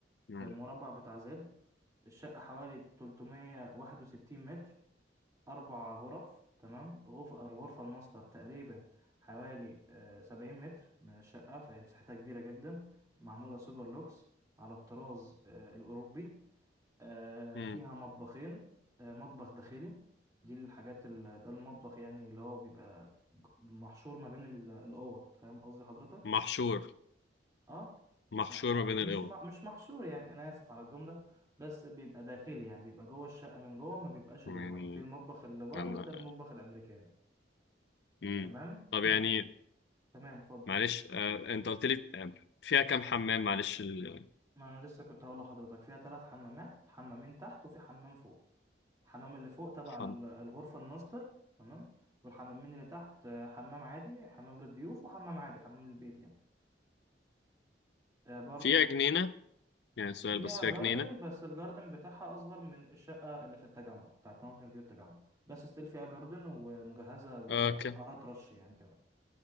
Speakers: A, on the left; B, on the right.
A: مم.
B: في المربع بتاع زد الشقه حوالي 361 متر أربع غرف تمام غرفة الغرفة الماستر تقريبا حوالي آه، سبعين متر من الشقة فهي مساحتها كبيرة جدا معمولة سوبر لوكس على الطراز آه، الأوروبي آه،
A: مم.
B: فيها مطبخين آه، مطبخ داخلي دي الحاجات ال- ده المطبخ يعني اللي هو بيبقى محشور ما بين ال- الأوض فاهم قصدي حضرتك
A: محشور
B: اه
A: محشور
B: آه، آه.
A: ما بين
B: مش
A: القوى
B: مع- مش محشور يعني انا اسف على الجمله بس بيبقى داخلي يعني بيبقى جوه الشقه من جوه ما بيبقاش اللي
A: يعني
B: بره في المطبخ اللي بره
A: أنا...
B: ده المطبخ الامريكاني
A: مم.
B: تمام
A: طب
B: فيها
A: يعني
B: تمام اتفضل
A: معلش آه، انت قلت لي آه، فيها كام حمام معلش ال...
B: ما انا لسه كنت هقول لحضرتك فيها ثلاث حمامات حمامين تحت وفي حمام فوق الحمام اللي فوق تبع
A: حم...
B: ال- الغرفه الماستر تمام والحمامين اللي تحت آه، حمام عادي حمام للضيوف وحمام عادي حمام البيت يعني آه، برضو
A: فيها جنينة يعني سؤال
B: فيها
A: بس فيها
B: جاردن
A: جنينة
B: بس الجاردن بتاعها اصغر من الشقه اللي في التجمع بتاعت ماونتن فيو التجمع بس ستيل فيها جاردن ومجهزه بآلات
A: آه ك...
B: آلات رش يعني كمان